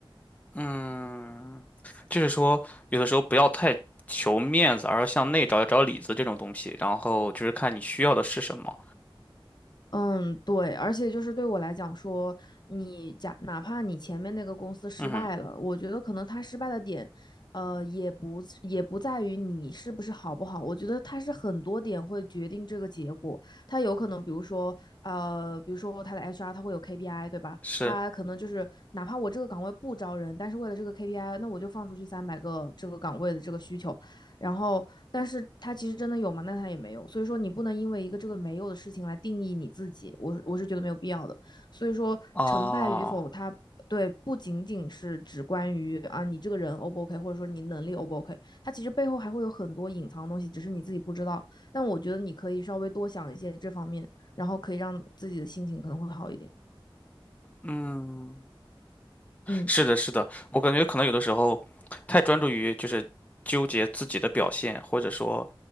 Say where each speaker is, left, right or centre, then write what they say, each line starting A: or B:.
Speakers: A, on the left; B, on the left.
A: 嗯，就是说有的时候不要太求面子，而要向内找找里子这种东西，然后就是看你需要的是什么。
B: 嗯，对，而且就是对我来讲说，你假哪怕你前面那个公司失败了，
A: 嗯，
B: 我觉得可能他失败的点，呃，也不是也不在于你是不是好不好，我觉得他是很多点会决定这个结果。他有可能，比如说，呃，比如说他的 HR 他会有 KPI，对吧？
A: 是
B: 他可能就是哪怕我这个岗位不招人，但是为了这个 KPI，那我就放出去三百个这个岗位的这个需求，然后，但是他其实真的有吗？那他也没有。所以说，你不能因为一个这个没有的事情来定义你自己。我我是觉得没有必要的。所以说，
A: 哦，
B: 成败与否，他对不仅仅是只关于啊你这个人 O 不 OK，或者说你能力 O 不 OK，它其实背后还会有很多隐藏的东西，只是你自己不知道。但我觉得你可以稍微多想一些这方面，然后可以让自己的心情可能会好一点。
A: 嗯。
B: 嗯
A: 是的，是的，我感觉可能有的时候太专注于就是纠结自己的表现，或者说，